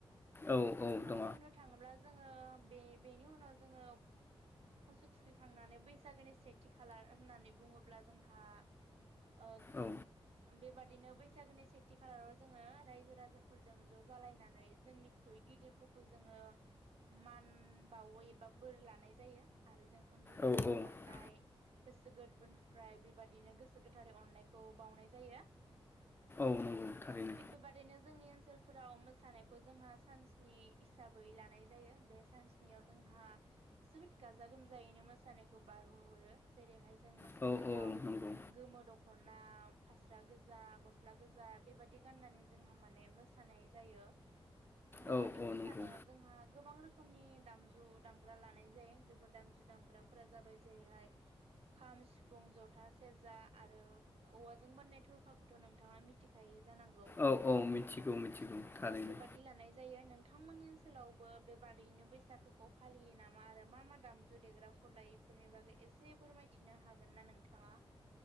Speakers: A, on the left; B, on the right.
A: औ औ दङ
B: बुंनो थाङोब्ला जोङो बे बेनि उनाव जोङो मोसौ थुखै खांनानै बैसागोनि सेथि खालार होननानै बुङोब्ला जोंहा ओ
A: औ
B: बेबादिनो बैसागोनि सेथि खालाराव जोङो रायजो राजाफोरजों ज' जालायनानै जोंनिख्रुइ गिदिरफोरखौ जोङो मान बावो एबा बोर लानाय जायो आरो जों उन्दैफोरनो
A: औ
B: अननाय गोसो गोरबोनिफ्राय बेबादिनो गोसो गोथारै अननायखौ बावनाय जायो।
A: औ नंगौ थारैनो
B: थिग बेबादिनो जोंनि ओन सोलफोराव मोसानायखौ जोंहा सानसनि हिसाबै लानाय जायो बे सानसनियाव जोंहा जोबोद गाजा गोमजायैनो मोसानायखौ बारहो हरो जेरैहाय जों मोसानायाव
A: औ औ नंगौ
B: गोमो दख' ख'ना फास्रा गोजा गस्ला गोजा बेबाददि गाननानै जोंहा माने मोसानाय जायो। बे
A: औ
B: बादि
A: औ
B: मोसानायाव
A: नंगौ
B: जोंहा गोबां रो खोमनि दामजु दामग्रा लानाय जायो बेफोर दामजु दामग्राफोरा जाबाय जेरैहाय खाम सिफुं जथा सेरजा आरो औवा जों बनाय थरखाखौथ' नोंथाङा मिथिखायो जांगौ
A: औ औ मिथिगौ मिथिगौ थारैनो
B: अ बे बादि लानाय जायो नों थांमोननि ओनसोलावबो बेबादैैनो बैसागोखौ फालियो नामा आरो मा मा दामजु देग्राफोरलायिफोरनि बागै एसे फोरमायथिनो हागोन ना नोंथाङा?